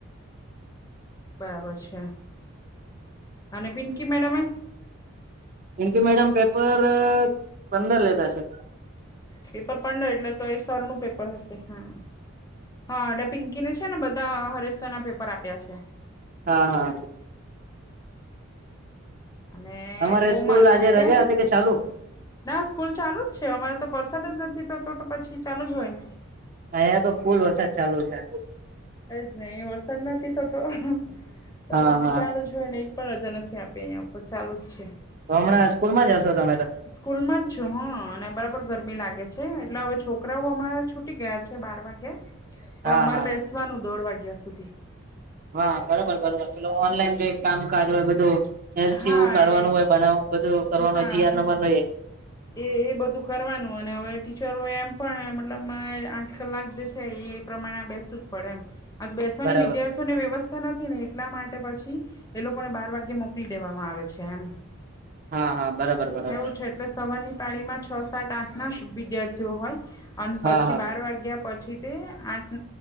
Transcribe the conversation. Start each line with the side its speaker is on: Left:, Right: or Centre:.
Left: બરાબર છે અને પિંકી મેડમે
Right: પિન્કી મેડમ પેપર પંદર લેતા હશે.
Left: પેપર પંદર એટલે તો એ સરનું પેપર હશે હા હા એટલે પિંકીને છે ને બધા હરેશ્ સર ના પેપર આપ્યા છે.
Right: હા હા
Left: અને
Right: તમારે
Left: કોમલ
Right: સ્કૂલ આજે
Left: છે કે
Right: રજા હતી ચાલુ
Left: ના સ્કૂલ ચાલુ જ છે અમારે તો વરસાદ જ નથી થતો તો પછી ચાલુ જ હોય ને.
Right: અહિયાંયા તો ફુલ વરસાદ ચાલુ છે.
Left: એજ નહી વરસાદ નથી થતો તો
Right: હા
Left: પછી
Right: હા
Left: ચાલુ જ જો એને એક પણ રજા નથી આપી અહીં ઉપર ચાલુ જ છે.
Right: તો હમણાં સ્કૂલ માં જ હશો તમે તો
Left: સ્કૂલ માં જ છું હા અને બરાબર સ્કૂલમાં છું હ ગરમી લાગે છે એટલે હવે છોકરાઓ અમારા છૂટી ગયા છે બાર વાગે પણ
Right: હા
Left: અમારે
Right: હા
Left: બેસવાનું દોઢ વાગ્યા સુધી
Right: હા બરોબર બરોબર પેલો ઓનલાઈન કઈ કામકાજ હોય બધું. એલસીવું
Left: હા
Right: કાઢવાનું
Left: એ
Right: હોય બનાવ બધું કરવાનું
Left: હા
Right: હોય જીઆર
Left: હા
Right: નંબર ન એ
Left: એ એ બધું કરવાનું અને હવે ટીચરો એમ પણ મતલબ મા આઠ કલાક જે એ પ્રમાણે આ બેસવુ જ પડે એમ આ બેસવાની
Right: બરાબર
Left: વિદ્યાર્થી ને વ્યવસ્થા નથી ને એટલા માટે પછી એ લોકોને બાર વાગે મોકલી દેવામાં આવે છે એમ
Right: હા હા બરાબર બરાબર
Left: એવું છે એટલે સવારની પાળીમાં છ સાત આઠ ના વિદ્યાર્થીઓ હોય અને
Right: હા
Left: પછી
Right: હા
Left: બાર વાગ્યા પછી પછી તે આઠ